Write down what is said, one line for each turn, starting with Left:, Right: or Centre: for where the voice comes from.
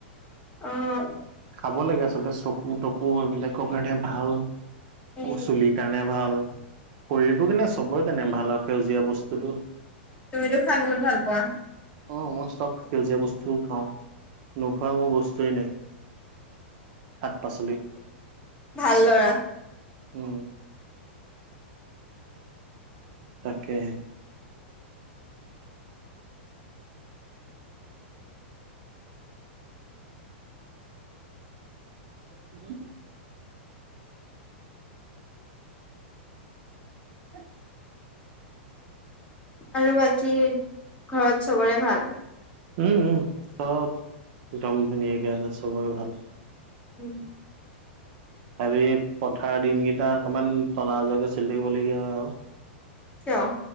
Left: অ',
Right: খাব লাগে আচলতে চকু তকু এইবিলাকৰ কাৰণে ভাল
Left: উম
Right: প চলিৰ কাৰণে কেনে ভাল, শৰীৰটো কেনে চবৰে কেনে ভাল আৰু সেউজীয়া বস্তুতটো।
Left: তুমিতো খাই বহুত ভাল পোৱা।
Right: অ, মই চব সেউজীয়া বস্তুও খাও, নোখোৱা মোৰ বস্তুৱয়ে নাই। শাক পাচলিত।
Left: ভাল ল'ৰা।
Right: উম, তাকে। <unintelligible> উম,
Left: আৰু বাকী, ঘৰত চবৰে ভাল।
Right: উম - উম চব একদম ধুনীয়াকে আছে চবৰে ভাল।
Left: উম,
Right: হি পথাৰ দিনকেইটা অকমান তলজকে চলি থাকিবলগীয়া হয় আৰু।
Left: কিয়?